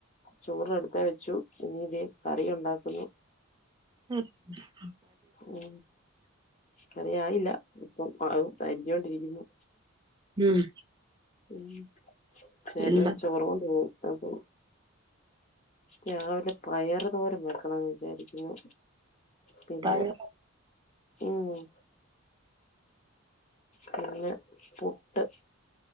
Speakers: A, on the left; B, on the right.
A: ചോറ്ടുത്ത വെച്ചു ഇനീത് കറി ഉണ്ടാക്കുന്നു
B: അ
A: ഉ കറിയായില്ല ഇപ്പം അത് അരിക്കൊണ്ടിരിക്കുന്നു
B: ഉം
A: മ്മ് ചേട്ടൻ
B: എന്താ
A: ചോറ് കൊണ്ട് പോകും അപ്പൊ രാവിലെ പയറ് തോരം വെക്കണംന്ന് വിചാരിക്കുന്നു പിന്നെ
B: കടിയൊ
A: മ്മ് പിന്നെ പുട്ട്